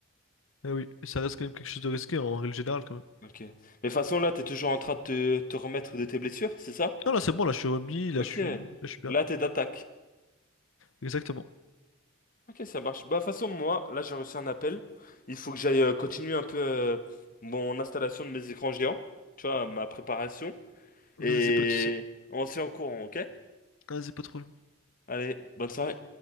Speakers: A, on the left; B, on the left.
A: Eh oui, et ça reste quand même quelque chose de risqué en règle générale, quand même.
B: Ok. Mais de toute façon, là, t'es toujours en train de te, te remettre de tes blessures, c'est ça?
A: Non, là, c'est bon, là, je suis remis, là,
B: Ok.
A: je suis, là, je suis bien.
B: Là, t'es d'attaque.
A: Exactement.
B: Ok, ça marche. Bah, de toute façon, moi, là, j'ai reçu un appel. Il faut que j'aille euh, continuer un peu euh, mon installation de mes écrans géants. Tu vois, ma préparation. Et
A: Vas-y, pas de soucis.
B: on se fait en courant, ok?
A: Vas-y, pas trop.
B: Allez, bonne soirée.